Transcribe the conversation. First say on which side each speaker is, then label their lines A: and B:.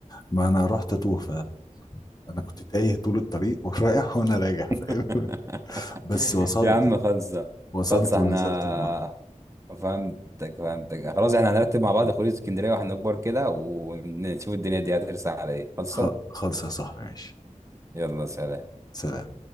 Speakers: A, on the left; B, on the right.
A: ما انا رحت اتوه فعلا انا كنت تايه طول الطريق <laughs> ورايح وانا راجع فاهم
B: <laughs>
A: <laughs> بس وصلت
B: يا عم خلصة
A: وصلت
B: خلصة
A: ونزلت
B: احنا
A: البحر
B: فهمتك فهمتك خلاص احنا هنرتب مع بعض خروج اسكندرية واحنا كبار كده ونشوف الدنيا دي هترسى على ايه خلصة
A: خ- خلص يا صاحبي ماشي
B: يلا سلام
A: سلام